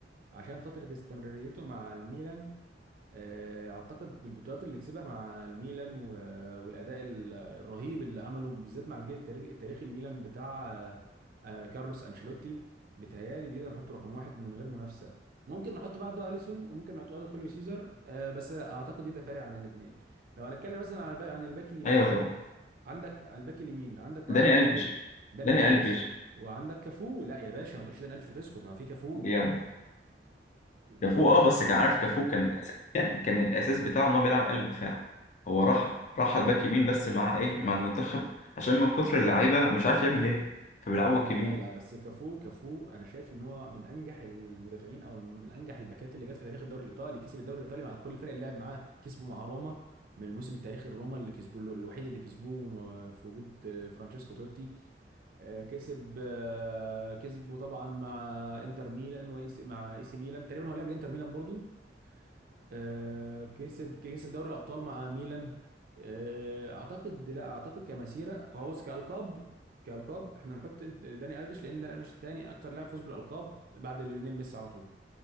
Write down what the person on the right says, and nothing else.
عشان فتره استمراريته مع الميلان آه، اعتقد البطولات اللي كسبها مع الميلان و- والاداء ال- الرهيب اللي عمله بالذات مع الجيل التاريخي التاريخي الميلان بتاع آه، آه، كارلوس انشيلوتي بتهيالي دي ده نحطه رقم واحد من غير منافسه ممكن نحط بعده اليسون وممكن نحط بعده خوليو سيزر آه، بس لا اعتقد دي ده فارق عن الاثنين لو هنتكلم مثلا عن الباك عن الباك اليمين
عندك على الباك اليمين عندك واحد
زي داني
الفيس
وعندك كافو لا يا باشا ما تقولش داني الفيش وتسكت ما في كافو
انت
لا
لا
لا لا بس كافو كافو انا شايف ان هو من انجح المدافعين او من انجح الباكات اللي جت في تاريخ الدوري الايطالي كسب الدوري الايطالي مع كل الفرق اللي لعب معاه كسبه مع روما من الموسم التاريخي الروما اللي كسبوه الوحيد اللي كسبوه آه، في وجود آه، فرانشيسكو توتي آه، كسب آه، كسبه طبعا مع انتر ميلان وإيس- مع اي سي ميلان تقريبا هو لعب لانتر ميلان برضو آه، كسب كسب دوري الابطال مع ميلان آه، اعتقد لا اعتقد كمسيره هو بص كالقاب كالقاب احنا نحط انت- داني الفيش لان داني الفيش الثاني اكتر لاعب فوز بالالقاب بعد ليونيل ميسي على طول